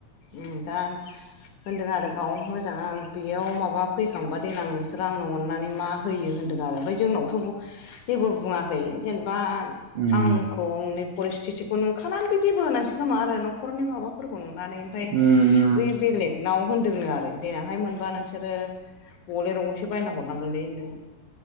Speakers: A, on the left; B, on the right.
A: उम दा होनदों आरो गाव मो दा बेयाव माबा फैखांबा देनां नोंसोर आंनो अननानै मा होयो होनदों आरो ओमफ्राय जोंनावथ'। जेबो बुङाखै जेनेबा
B: उम
A: आंखौ <unintelligible> परिस्थिथिखौ नुखानानैबो जेबो होनासै खोमा आरो न'खरनि माबाफोरखौ नुनानै। ओमफाय
B: उम उम
A: बै बेलेग नाव होन्दोंनो आरो। देनांहाय मोनबा नोंसोरो बलेर गंसे बायना हरनांगोनलै होनदों।